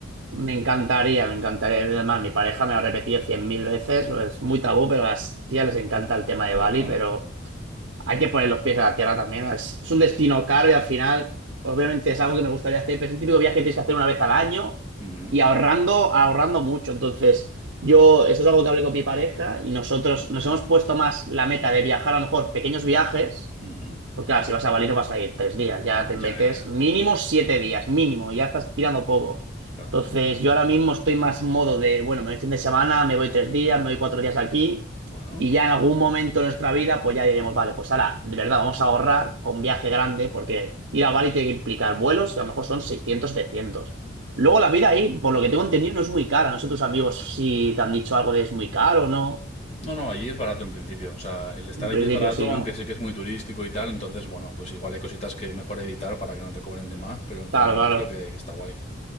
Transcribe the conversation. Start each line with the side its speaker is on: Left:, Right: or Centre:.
Right: Me encantaría, me encantaría. Además, mi pareja me lo ha repetido cien mil veces. Es muy tabú, pero a las tías les encanta el tema de
Left: Bueno,
Right: Bali, pero... Hay que poner los pies a la tierra también. Es, es un destino caro y al final, obviamente, es algo que me gustaría hacer, pero es el típico viaje que tienes que hacer una vez al año
Left: ujú,
Right: y ahorrando, ahorrando mucho. Entonces, yo, esto es algo que hablé con mi pareja y nosotros nos hemos puesto más la meta de viajar a lo mejor pequeños viajes.
Left: ujú.
Right: Porque claro, si vas a Bali no vas a ir tres días, ya te
Left: Ya,
Right: metes
Left: ya, ya,
Right: mínimo siete días, mínimo, ya estás tirando poco.
Left: claro.
Right: Entonces, yo ahora mismo estoy más modo de, bueno, me voy fin de semana, me voy tres días, me voy cuatro días aquí,
Left: Bueno.
Right: y ya en algún momento de nuestra vida, pues ya diremos, vale, pues ahora, de verdad, vamos a ahorrar para un viaje grande, porque ir a Bali tiene que implicar vuelos, que a lo mejor son seiscientos setecientos Luego la vida ahí, por lo que tengo entendido, no es muy cara. No sé tus amigos si te han dicho algo de es muy caro o no.
Left: No, no, allí es barato en principio. O sea, el estar
Right: En
Left: allí
Right: principio
Left: es barato,
Right: sí,
Left: aunque
Right: ¿no?
Left: sé que es muy turístico y tal. Entonces, bueno, pues igual hay cositas que mejor evitar para que no te cobren de más, pero en general
Right: Claro, claro.
Left: creo que, que está guay.